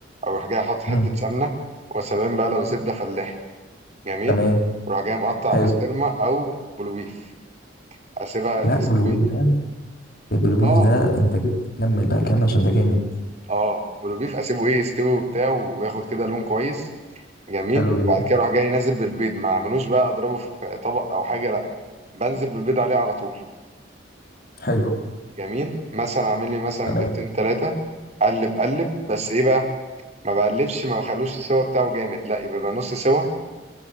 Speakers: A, on the right; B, on the left.
A: اروح جاي احط حته
B: مم.
A: سمنه وسلام بقى لو زبده فلاحي جميل
B: تمام
A: وراح جاي مقطع
B: حلو
A: بسطرمه او بلوبيف اسيبها
B: لا
A: تستوي
B: بالبيض ده بالبيض
A: اه
B: ده أنت جبت كمل بقى كمل عشان ده جامد
A: اه بلوبيف اسيبه ايه يستوي وبتاع وياخد كده لون كويس جميل
B: حلو جدا
A: وبعد كده اروح جاي نازل بالبيض ما اعملوش بقى اضربه في طبق او حاجه لا بنزل بالبيض عليه على طول
B: حلو
A: جميل مثلا اعمل لي مثلا
B: تمام
A: بيضتين ثلاثه قلب قلب بس ايه بقى ما بقلبش ما بخلوش السوا بتاعه جامد لا يبقى, بقى نص سوا